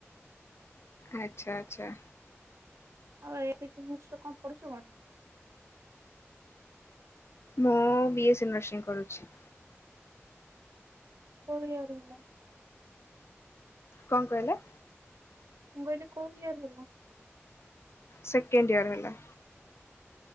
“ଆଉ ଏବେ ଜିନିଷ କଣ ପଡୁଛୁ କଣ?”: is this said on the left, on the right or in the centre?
Right